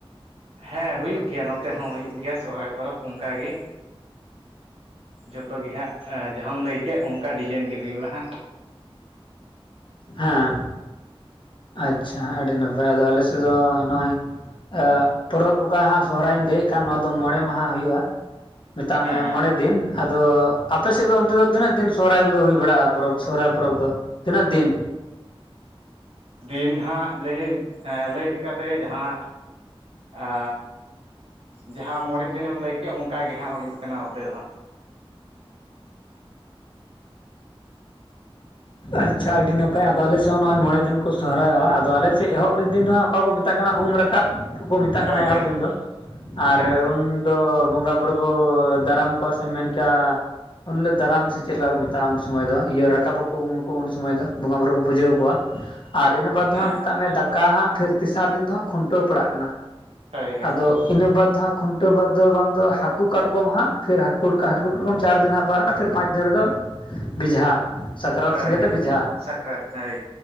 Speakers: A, on the right (about 90°); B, on the left (about 55°).
A: ᱦᱮᱸ ᱦᱩᱭᱩᱜ ᱜᱮᱭᱟ ᱱᱚᱛᱮ ᱦᱚᱸ ᱦᱩᱭᱩᱜ ᱜᱮᱭᱟ ᱥᱚᱦᱨᱟᱭ ᱯᱚᱨᱚᱵᱽ ᱚᱱᱠᱟ ᱜᱮ ᱡᱚᱛᱚ ᱜᱮ ᱦᱟᱸᱜ ᱡᱟᱦᱟᱸᱢ ᱞᱟᱹᱭ ᱠᱮᱫ ᱚᱱᱠᱟ ᱰᱤᱡᱟᱭᱤᱱ ᱜᱮ ᱦᱩᱭᱩᱜᱼᱟ ᱦᱟᱸᱜ
B: ᱦᱮᱸ ᱟᱪᱪᱷᱟ ᱟᱹᱰᱤ ᱱᱟᱯᱟᱭ ᱟᱫᱚ ᱟᱞᱮᱥᱮᱫ ᱫᱚ ᱱᱚᱜᱼᱚᱭ ᱟ ᱯᱚᱨᱚᱵᱽ ᱚᱠᱟ ᱦᱟᱸᱜ ᱥᱚᱦᱨᱟᱭᱤᱧ ᱞᱟᱹᱭᱮᱫ ᱠᱟᱱ ᱱᱚᱣᱟ ᱫᱚ ᱢᱚᱬᱮ ᱢᱟᱦᱟ ᱦᱩᱭᱩᱜᱼᱟ᱾ ᱢᱮᱛᱟᱜ
A: ᱦᱮᱸ
B: ᱢᱮ
A: ᱦᱮᱸ
B: ᱢᱚᱬᱮ ᱫᱤᱱ ᱟᱫᱚ ᱟᱯᱮ ᱥᱮᱫ ᱫᱚ ᱚᱱᱛᱮ ᱫᱚ ᱛᱤᱱᱟᱹᱜ ᱫᱤᱱ ᱥᱚᱦᱨᱟᱭ ᱠᱚᱫᱚ ᱦᱩᱭ ᱵᱟᱲᱟᱜᱼᱟ ᱯᱚᱨᱚᱵᱽ ᱥᱚᱦᱚᱨᱟᱭ ᱯᱚᱨᱚᱵᱽ ᱫᱚ ᱛᱤᱱᱟᱹᱜ ᱫᱤᱱ
A: ᱫᱤᱱ ᱦᱟᱸᱜ ᱞᱟᱹᱭᱟᱹᱧ ᱞᱟᱹᱭ ᱞᱮᱠᱟᱛᱮ ᱡᱟᱦᱟᱸ ᱟ ᱡᱟᱦᱟᱸ ᱢᱚᱬᱮ ᱫᱤᱱᱮᱢ ᱞᱟᱹᱭᱠᱮᱫ ᱚᱱᱠᱟ ᱜᱮ ᱦᱟᱸᱜ ᱦᱩᱭᱩᱜ ᱠᱟᱱᱟ ᱱᱚᱛᱮ ᱫᱚ ᱦᱟᱸᱜ
B: ᱟᱪᱪᱷᱟ ᱟᱹᱰᱤ ᱱᱟᱯᱟᱭ ᱟᱫᱚ ᱟᱞᱮ ᱥᱮᱫ ᱦᱚᱸ ᱱᱚᱜᱼᱚᱭ ᱢᱚᱬᱮ ᱫᱤᱱ ᱠᱚ ᱥᱚᱦᱨᱟᱭᱚᱜ-ᱟ ᱟᱫᱚ ᱟᱞᱮ ᱥᱮᱫ ᱮᱦᱚᱵ ᱨᱮ ᱫᱤᱱ ᱫᱚ ᱦᱟᱸᱜ ᱚᱠᱟ ᱠᱚ ᱢᱮᱛᱟᱜ ᱠᱟᱱᱟ ᱩᱢ ᱨᱟᱠ ᱠᱟᱵ ᱦᱚᱸᱠᱚ ᱢᱮᱛᱟᱜ ᱠᱟᱱᱟ
A: ᱦᱳᱭ
B: ᱮᱦᱚᱵ
A: ᱦᱳᱭ
B: ᱫᱤᱱ ᱫᱚ ᱟᱨ
A: ᱦᱮᱸ ᱦᱮᱸ
B: ᱩᱱ ᱫᱚ ᱵᱚᱸᱜᱟ ᱵᱩᱨᱩ ᱦᱚᱸ ᱫᱟᱨᱟᱢ ᱠᱚᱣᱟ ᱥᱮᱢ ᱢᱮᱱ ᱠᱮᱭᱟ ᱩᱱ ᱦᱤᱞᱚᱜ ᱫᱟᱨᱟᱢ ᱥᱮ ᱪᱮᱫ ᱞᱮᱠᱟ ᱠᱚ ᱢᱮᱛᱟᱜᱼᱟ ᱩᱱ ᱥᱩᱢᱚᱭ ᱫᱚ ᱤᱭᱟᱹ ᱨᱟᱠᱟᱵᱚᱜ ᱩᱠᱩ ᱩᱱ ᱥᱚᱢᱚᱭ ᱫᱚ ᱵᱚᱸᱜᱟᱼᱵᱩᱨᱩ ᱠᱚ ᱯᱩᱡᱟᱹᱣ ᱠᱚᱣᱟ ᱟᱨ ᱤᱱᱟᱹ ᱵᱟᱫᱽ ᱫᱚ
A: ᱦᱮᱸ
B: ᱦᱟᱸᱜ ᱢᱮᱛᱟᱜ ᱢᱮ ᱫᱟᱠᱟ ᱦᱟᱸᱜ ᱯᱷᱤᱨ ᱛᱮᱥᱟᱨ ᱫᱤᱱ ᱫᱚ ᱦᱟᱸᱜ ᱠᱷᱩᱱᱴᱟᱹᱣ ᱯᱟᱲᱟᱜ ᱠᱟᱱᱟ
A: ᱦᱳᱭ ᱦᱳᱭ
B: ᱟᱫᱚ ᱤᱱᱟᱹ ᱵᱟᱫᱽ ᱫᱚ ᱦᱟᱸᱜ ᱠᱷᱩᱱᱴᱟᱹᱣ ᱵᱟᱫᱽ ᱫᱚ ᱵᱟᱝ ᱫᱚ ᱦᱟᱹᱠᱩ ᱠᱟᱴᱠᱚᱢ ᱦᱟᱸᱜ ᱯᱷᱤᱨ ᱦᱟᱹᱠᱩ ᱦᱟᱹᱠᱩ ᱠᱟᱴᱠᱚᱢ ᱪᱟᱨ ᱫᱤᱱ ᱦᱟᱸᱜ ᱯᱟᱲᱟᱜ ᱠᱟᱱᱟ ᱾ ᱯᱷᱤᱨ ᱯᱟᱸᱪ ᱫᱤᱱ ᱨᱮᱫᱚ ᱵᱮᱡᱷᱟ ᱥᱟᱠᱨᱟᱛ
A: ᱦᱳᱭ
B: ᱥᱚᱸᱜᱮ
A: ᱦᱳᱭ
B: ᱛᱮ ᱵᱮᱡᱷᱟ
A: ᱥᱟᱠᱨᱟᱛ ᱦᱳᱭ